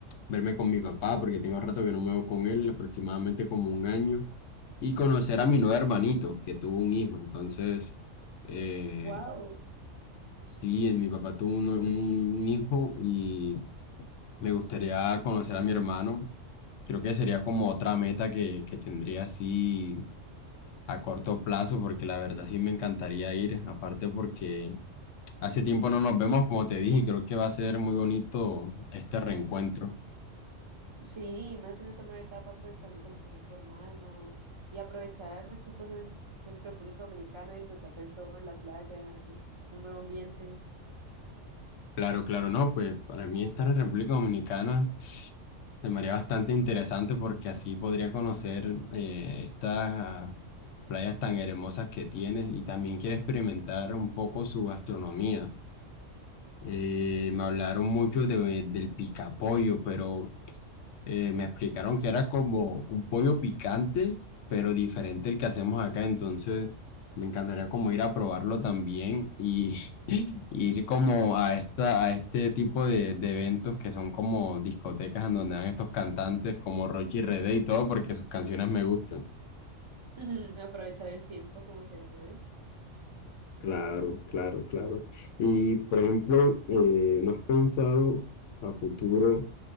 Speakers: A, on the left; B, on the right.
A: verme con mi papá, porque tengo rato que no me veo con él, aproximadamente como un año, y conocer a mi nuevo hermanito, que tuvo un hijo. Entonces, eh,
B: wow.
A: sí, mi papá tuvo un un- un hijo y me gustaría conocer a mi hermano Creo que sería como otra meta que, que tendría así a corto plazo, porque la verdad sí me encantaría ir, aparte porque hace tiempo no nos vemos, como te dije, y creo que va a ser muy bonito este reencuentro.
B: Sí, más en esta nueva etapa, pues también conocer a tu hermano y aprovechar que estás en, en República Dominicana, disfrutar del sol, la playa, un nuevo ambiente,
A: Claro, claro, no, pues para mí estar en República Dominicana se me haría bastante interesante porque así podría conocer eh, estas playas tan hermosas que tiene y también quiero experimentar un poco su gastronomía. Eh, me hablaron mucho de, del picapollo, pero... eh, me explicaron que era como un pollo picante, pero diferente al que hacemos acá, entonces me encantaría como ir a probarlo también y <laughs> y ir como a esta, a este tipo de, de eventos que son como discotecas en donde dan estos cantantes como Rocky y Rede y todo, porque sus canciones me gustan.
B: <laughs> aprovechar el tiempo como se debe.
A: Claro, claro, claro. Y por ejemplo, eh, ¿no has pensado a futuro,